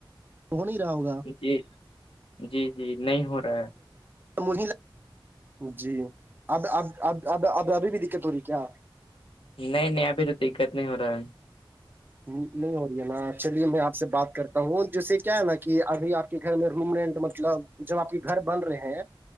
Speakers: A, on the right; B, on the left.
A: ہو نہیں رہا ہوگا
B: جی جی جی نہیں ہو رہا ہے
A: مہ جی اب اب اب اب اب ابھی بھی دقت ہو رہی ہے کیا
B: نہیں نہیں ابھی تو دقت نہیں ہو رہا ہے
A: نہیں ہو رہی ہے نا چلیے میں آپ سے بات کرتا ہوں جسے کیا ہے نا کہ ابھی آپ گھر میں گھوم رہے ہیں تو مطلب جب آپ کے گھر بن رہے ہیں